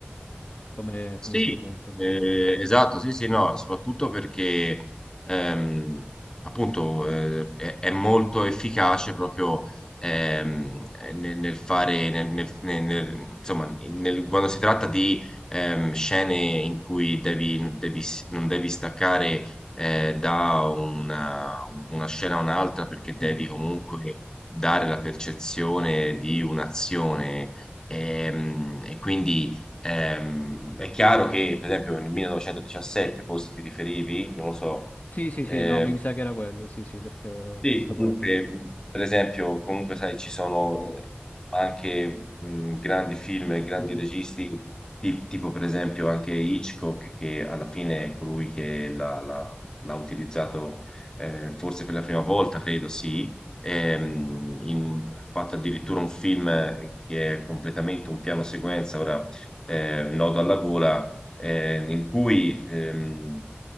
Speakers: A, on the left; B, on the left.
A: come,
B: Sì,
A: come espediente.
B: eh, esatto, sì, sì, no, soprattutto perché ehm, appunto eh, è, è molto efficace proprio ehm, nel, nel fare, nel- nel- nel- nel- insomma, nel- quando si tratta di ehm, scene in cui devi, devi- non devi staccare eh, da una, una scena a un'altra perché devi
A: Mhm.
B: comunque dare la percezione di un'azione ehm, e quindi Ehm, è chiaro che, per esempio, nel 1917 forse ti riferivi, non lo so,
A: Sì, sì, sì,
B: eh,
A: no, mi sa che era quello, sì, sì, perché ho
B: sì,
A: visto
B: comunque,
A: quello.
B: mh, per esempio, comunque sai, ci sono eh, anche mh, grandi film e grandi
A: Mhm.
B: registi, ti- tipo per esempio anche Hitchcock, che alla fine è colui che l'ha l'ha- l'ha utilizzato eh, forse per la prima volta, credo sì, Ehm, in- ha fatto addirittura un film eh, che è completamente un piano sequenza, ora eh, nodo alla gola, eh, in cui... ehm,